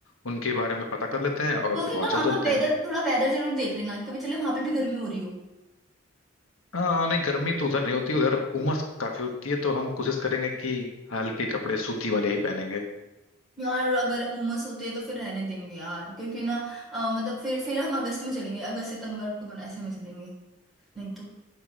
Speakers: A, on the left (about 80°); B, in the centre.
A: उनके बारे में पता कर लेते हैं और
B: तो
A: फिर
B: फिर
A: वहाँ
B: ना वहां
A: चल चलते
B: का वेदर
A: हैं
B: थोड़ा वेदर जरूर देख लेना कभी चले वहां पे भी गर्मी हो रही हो
A: हाँ नहीं गर्मी तो उधर नहीं होती उधर उमस काफी होती है तो हम कोशिश करेंगे कि हल्के कपड़े सूती वाले ही पहनेंगे
B: यार अगर उमस होती है तो फिर रहने देंगे यार क्योंकि ना अ, मतलब फिर फिर हम अगस्त में चलेंगे अगस्त सितंबर अक्टूबर ऐसे में चलेंगे नहीं तो